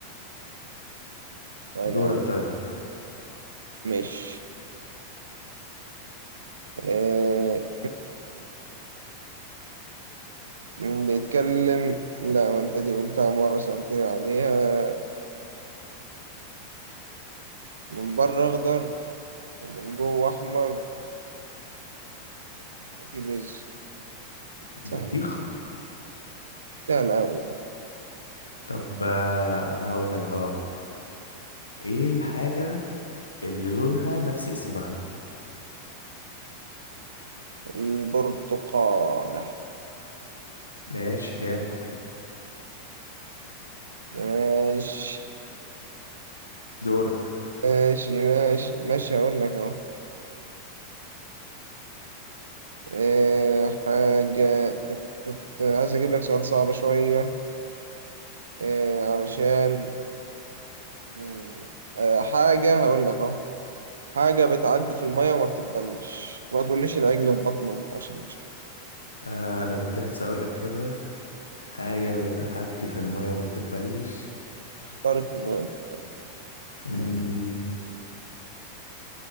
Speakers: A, on the right; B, on the left.
A: طيب
B: دورك
A: يا عم
B: طيب
A: ماشي اه... <laughs> بيتكلم لا ما انت دي قلتها مرة سألتني عليها من بره اخضر ومن جوه احمر وفي بيز
B: بطيخ
A: سهل سهل اوي
B: طب آه، انا هقول لك بقى واحد ايه الحاجة اللي لونها نفس اسمها
A: البرتقالة
B: ماشي جامد
A: ماشي
B: دورك
A: ماشي ماشي ماشي هقول لك اهو اه... حاجة تت... تت... عايز اجيب لك سؤال صعب شوية إيه علشان مم، آه، حاجة هقول لك اهو حاجة بتعدي في المية وما بتتبلش ما تقوليش العجل في بطن أمه عشان مش كده
B: آه انا كنت لسه اقول لك كده حاجه بتعدي في الميه وما بتتبلش
A: اخترق المية وما بتت-
B: مم،